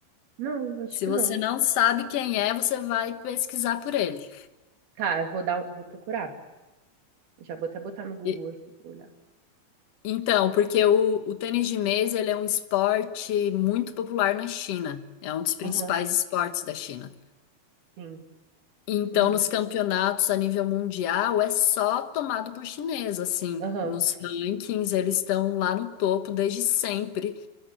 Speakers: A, on the right; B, on the left.
A: Não, acho
B: Se
A: que
B: você
A: não.
B: não sabe quem é, você vai pesquisar por ele.
A: Tá, eu vou dar, um, vou procurar. Já vou até botar no Google
B: E-
A: aqui pra olhar.
B: então, porque o, o tênis de mesa, ele é um esporte muito popular na China. É um dos principais
A: Aham,
B: esportes da China.
A: sim.
B: Então,
A: Hum,
B: nos campeonatos a nível mundial, é só tomado por chinês, assim.
A: aham.
B: Nos rankings, eles estão lá no topo desde sempre.